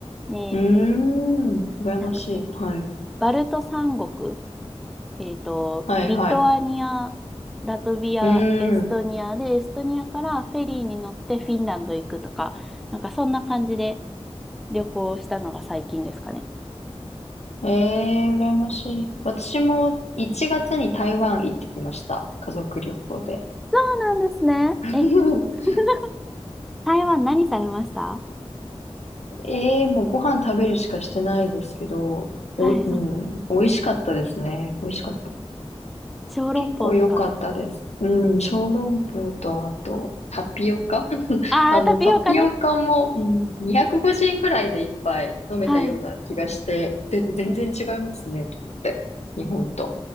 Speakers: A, in the centre; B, on the left.
A: で、
B: ーん。羨ましい。
A: なんか
B: はい。
A: バルト三国、えっと、
B: はい、
A: リトアニア、
B: はい。
A: ラトビア、
B: うー
A: エストニアで、
B: ん。
A: エストニアからフェリーに乗ってフィンランド行くとか、なんかそんな感じで旅行したのが最近ですかね。
B: えー、羨ましい。私も1月に台湾行ってきました。家族旅行で。
A: そうなんですね。
B: <laughs>
A: え、<laughs> 台湾何されました
B: えー、もうご飯食べるしかしてないですけど、
A: はいはい。
B: お、うん、美味しかったですね。美味しかった。
A: 小籠包とか。
B: 結構良かったです。うん、小籠包と、あと、タピオカ <laughs>
A: ああ、
B: あの、
A: タピオカね。
B: タピオカも、うん、250円ぐらいで一杯飲めたような気がして、
A: はい。
B: ぜ、全然違いますね、と思って。日本と。